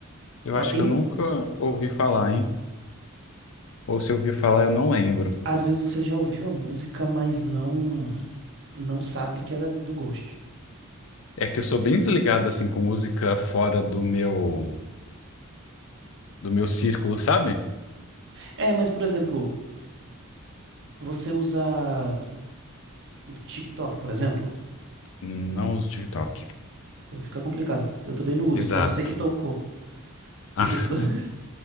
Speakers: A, on the left; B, on the right.
A: Eu
B: Ela
A: acho
B: tem.
A: que eu
B: um-
A: nunca ouvi falar, hein? Ou se eu ouvi falar, eu não lembro.
B: Às vezes você já ouviu a música, mas não. Não sabe que ela é do Ghost.
A: É que eu sou bem desligado assim com música fora do meu do meu círculo, sabe?
B: É, mas por exemplo, você usa o TikTok, por exemplo.
A: Não uso TikTok.
B: Pô, fica complicado. Eu também não uso,
A: Exato.
B: mas eu sei que tocou.
A: Ah,
B: Eu sei que to... <laughs>